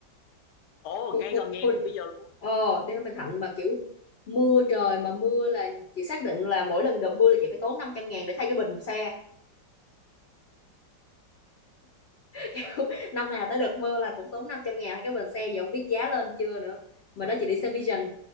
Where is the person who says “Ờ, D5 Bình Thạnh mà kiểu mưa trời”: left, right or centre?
Left